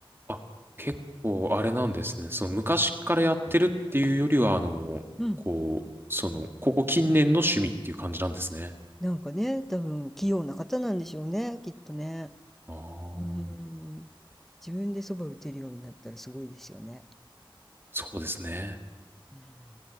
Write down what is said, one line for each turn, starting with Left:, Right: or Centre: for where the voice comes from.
Right: あ、結構あれなんですね。その、昔からやってるっていうよりは、あの、
Centre: うん、
Right: こう、その、ここ近年の趣味っていう感じなんですね。
Centre: なんかね、多分器用な方なんでしょうね、きっとね。
Right: ああ、
Centre: うん。自分で蕎麦打てるようになったらすごいですよね。
Right: そうですね。
Centre: うん。